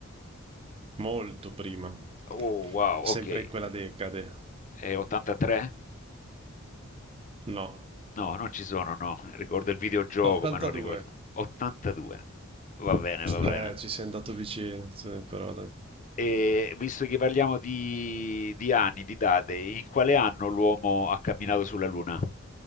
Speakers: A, on the right; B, on the left.
A: Molto prima.
B: Oh, wow,
A: Sempre
B: ok.
A: in quella decade.
B: È 83?
A: No.
B: No, non ci sono, no. <laughs> Ricordo il videogioco,
A: 82.
B: ma non ricordo. 82. Va bene, va bene.
A: Eh, ci sei andato vicino, sì, però dai.
B: E visto che parliamo di, di anni, di date, in quale anno l'uomo ha camminato sulla Luna?